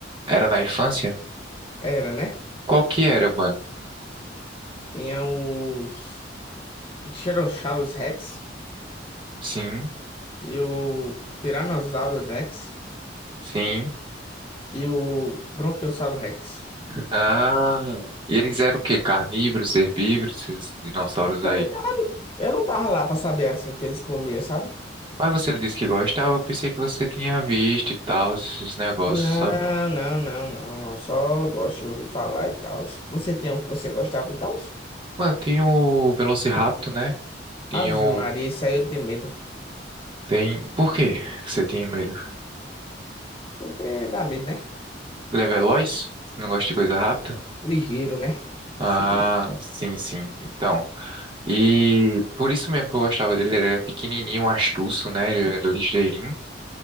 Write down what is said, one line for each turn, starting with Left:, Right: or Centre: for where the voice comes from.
Right: era na infância?
Left: Era, né?
Right: Qual que era, mano?
Left: Tinha os Pterosaurus Rex
Right: Sim,
Left: e o Tyrannosaurus Rex
Right: sim.
Left: e o Bronchiossauro Rex.
Right: Ah, e eles eram o quê? Carnívoros, herbívoros, esses dinossauros
Left: Sei
Right: aí?
Left: lá, Eu não tava lá pra saber, assim, o que eles comiam, sabe?
Right: Mas você disse que gostava, eu pensei que você tinha visto e tal, esses negócios,
Left: Não,
Right: sabe?
Left: não, não, não. Eu só gosto de ouvir falar e tal. Você tem um que você gostava e tal?
Right: Mano, tinha o Velociraptor, né? Tinha
Left: Ave
Right: o
Left: Maria, isso aí eu tenho medo.
Right: Tem. Por quê que você tinha medo?
Left: Porque dá medo, né?
Right: Ele é veloz? Você Não gosta de coisa rápida?
Left: Ligeiro, né?
Right: Ah,
Left: Que se diz.
Right: sim, sim. Então. E por isso mesmo que eu gostava dele. Ele era pequenininho, um astuço, né? Ele era ligeirinho.